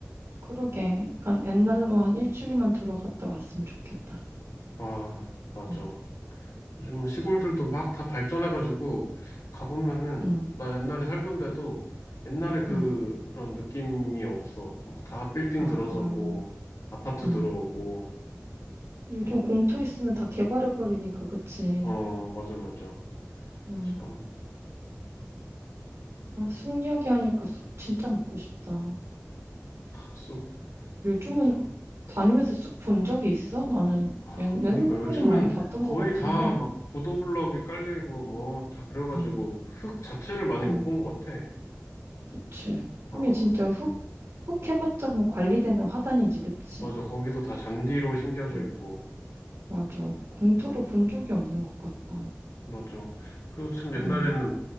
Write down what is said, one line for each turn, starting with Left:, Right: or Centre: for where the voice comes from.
Right: 그러게. 약간 옛날로
Left: 음.
Right: 한 일주일만 돌아갔다 왔으면 좋겠다.
Left: 아 맞아.
Right: 음.
Left: 요즘 시골들도 막 다 발전해가지고 가보면은
Right: 응,
Left: 나 옛날에 살던 데도 옛날에 그런
Right: 응.
Left: 느낌이 없어. 뭐다 빌딩
Right: 아,
Left: 들어서고
Right: 그럼.
Left: 아파트
Right: 응.
Left: 들어오고
Right: 요즘
Left: 어
Right: 공터 있으면 다 개발해버리니까, 그치?
Left: 어 맞아 맞아
Right: 응.
Left: 참
Right: 아, 쑥 이야기하니까 쑥 진짜 먹고 싶다.
Left: 쑥
Right: 요즘은
Left: 맞아.
Right: 다니면서 쑥 본 적이 있어? 나는
Left: 아,
Right: 옛- 옛날에는
Left: 그러니까 요즘은
Right: 많이 봤던
Left: 거의
Right: 것 같은데.
Left: 다 막 보도블럭이 깔리고 뭐 다 그래가지고
Right: 응,
Left: 흙 자체를 많이
Right: 응.
Left: 못 본 것 같아.
Right: 그치.
Left: 어,
Right: 형이 진짜 흙, 흙 해봤자 뭐 관리되는 화단이지, 그치?
Left: 맞아. 거기도 다 잔디로 심겨져
Right: 응,
Left: 있고.
Right: 맞아. 공터를 본 적이 없는 것 같다.
Left: 맞아. 그리고 참 옛날에는
Right: 응.